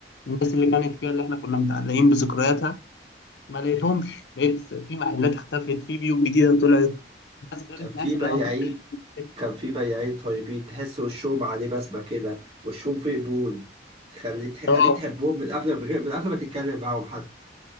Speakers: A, on the left; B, on the right.
A: الناس اللي كانت فيها اللي احنا كنا متعلقين بذكرياتها ما لقيتهمش لقيت في محلات اختفت في بيوت جديدة طلعت ناس غير
B: كان
A: الناس
B: في بياعين
A: اللي انا كنت فيها.
B: كان في بياعين طيبين تحس وشهم عليه بسمة كده، وشهم فيه قبول، تخلي تخليك
A: اه
B: تحبهم من قبل ما- من قبل ما تتكلم معاهم حتى.